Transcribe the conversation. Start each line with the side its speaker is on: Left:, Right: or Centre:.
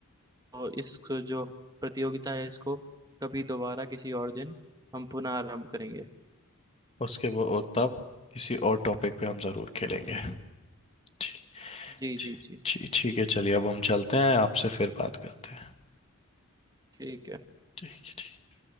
Right: और इस जो प्रतियोगिता है इसको कभी दोबारा किसी और दिन हम पुनः आरंभ करेंगे
Left: उसके वो और तब किसी और टॉपिक पे हम जरूर खेलेंगे ठीक
Right: जी
Left: ठीक
Right: जी जी
Left: ठीक ठीक है चलिए अब हम चलते हैं आपसे फिर बात करते हैं
Right: ठीक है
Left: ठीक है ठीक